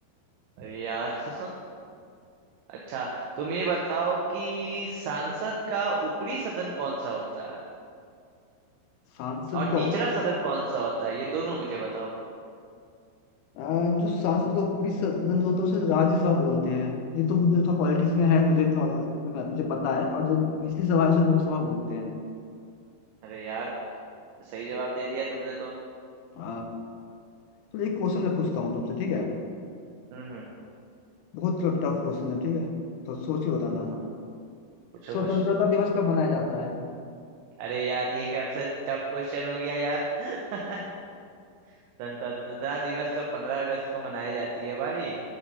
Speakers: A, on the right; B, on the left.
A: अरे यार <laughs> अच्छा तुम ये बताओ कि सांसद का ऊपरी सदन कौन सा होता है
B: सांसद
A: और निचला
B: का
A: सदन कौन सा होता है ये दोनों मुझे बताओ
B: आ, जो सांसद का ऊपरी सदन जो होता है उसे राज्यसभा बोलते हैं ये तो मुझे थोड़ा पॉलिटिक्स में है मुझे थोड़ा मैं- मुझे पता है और जो निचली सभा है उसे लोकसभा बोलते हैं
A: अरे यार सही जवाब दे दिया तुमने तो
B: आ, चलो एक क्वेश्चन मैं पूछता हूँ तुमसे ठीक है
A: हम्म
B: बहुत टफ क्वेश्चन है ठीक है तो सोच के बताना
A: हम्म मत- पूछो
B: स्वतंत्रता
A: पूछो
B: दिवस कब मनाया जाता है
A: अरे यार ये कैसा टफ क्वेश्चन हो गया यार <laughs> स्वतंत्रता दिवस तो पंद्रह अगस्त को मनाई जाती है भाई